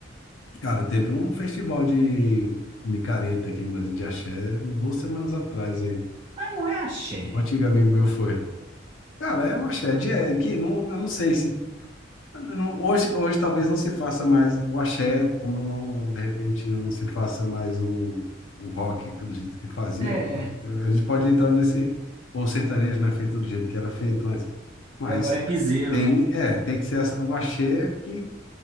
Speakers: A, on the left; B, on the right.
A: Cara, teve um festival de micareta aqui em Brasília de axé duas semanas atrás aí.
B: Mas não é axé.
A: Um antigo amigo meu foi. Cara, é o axé de é, que não, eu não sei se não- hoje, hoje talvez não se faça mais o axé, como não de repente não se faça mais o, o rock do jeito que fazia.
B: É,
A: A gente pode entrar nesse ou o sertanejo não é feito do jeito que era feito antes, mas
B: agora é piseiro,
A: tem,
B: né?
A: é, tem que ser essa- o axé que